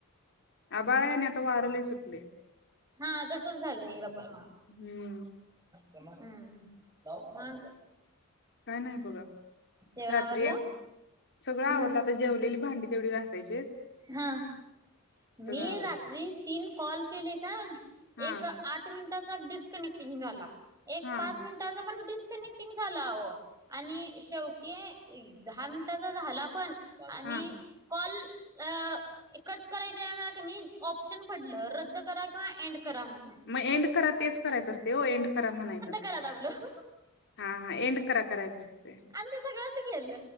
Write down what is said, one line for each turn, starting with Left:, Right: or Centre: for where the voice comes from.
Left: आबाळ हाय आणि आता वार लई सुटलय.
Right: हा तसच झालंय इकडं पण म
Left: हम्म
Right: अं म
Left: काय नाही बघा
Right: जेवण
Left: रात्री
Right: आवरलं?
Left: याकी सगळं आवरल
Right: हम्म.
Left: आता जेवलेली भांडी तेवढी घासायची हाईत.
Right: हा मी
Left: आवरलंय
Right: रात्री तीन कॉल केले काय?
Left: हा
Right: एक आठ मिनट टाचा डिस्ककनेक्टिंग झाला. एक
Left: हा
Right: पाच मिनिटाचा पण डिस कनेक्टिंग झाला आहो आणि शेवटी ए दहा मिनटाचा झाला पण आणि
Left: हा
Right: कॉल अ ए कट करायच्या वेळा कनी ऑप्शन पडलं रद्द करा किंवा एंड करा म्हन.
Left: मग एंड करा तेच करायच अस त्यो एंड खरा म्हणायच असतय
Right: करा दाबलो.
Left: हा हा एंड करा करायचं असते
Right: आणि ते सगळंच गेल.